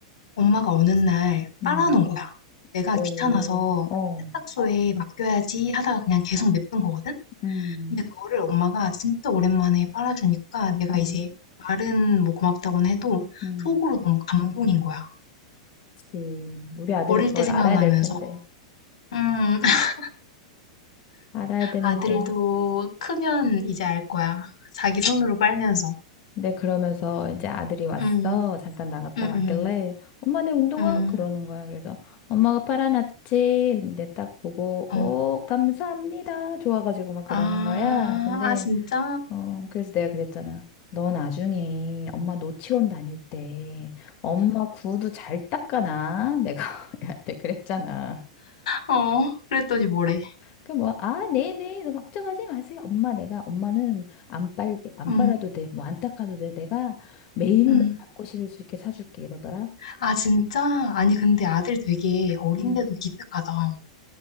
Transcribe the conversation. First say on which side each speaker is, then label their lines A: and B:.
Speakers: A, on the left; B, on the left.
A: 엄마가 어느 날
B: 음,
A: 빨아놓은 거야. 내가
B: 오,
A: 귀찮아서
B: 어.
A: 세탁소에 맡겨야지 하다가 그냥 계속 냅둔 거거든?
B: 음,
A: 근데 그거를 엄마가 진짜 오랜만에 빨아주니까 내가
B: 음,
A: 이제 말은 뭐 고맙다고는 해도
B: 음.
A: 속으로 너무 감동인 거야.
B: 음, 우리 아들이
A: 어릴
B: 그걸
A: 때 생각나면서,
B: 알아야 될 텐데.
A: 음, <laughs>
B: 알아야 되는데.
A: 아들도 크면 이제 알 거야. 자기 손으로 빨면서.
B: 근데 그러면서 이제 아들이 왔어.
A: 음,
B: 잠깐 나갔다
A: 음,
B: 왔길래,
A: 음,
B: 엄마 내 운동화?
A: 음,
B: 그러는 거야. 그래서 엄마가 빨아놨지. 근데 딱 보고, 오,
A: 어.
B: 감사합니다. 좋아가지고 막 그러는
A: 아,
B: 거야. 근데,
A: 아, 진짜?
B: 어, 그래서 내가 그랬잖아. 너 나중에 엄마 노치원 다닐 때 엄마 구두 잘 닦아놔. 내가 <laughs> 얘한테 그랬잖아.
A: 어, 그랬더니 뭐래.
B: 그 뭐, 아, 네네, 너 걱정하지 마세요. 엄마, 내가, 엄마는 안 빨, 안
A: 음,
B: 빨아도 돼. 뭐, 안 닦아도 돼. 내가 매일매일
A: 음.
B: 닦고 실을 수 있게 사줄게. 이러더라.
A: 아, 진짜? 아니, 근데 아들 되게 어린데도
B: 음.
A: 기특하다.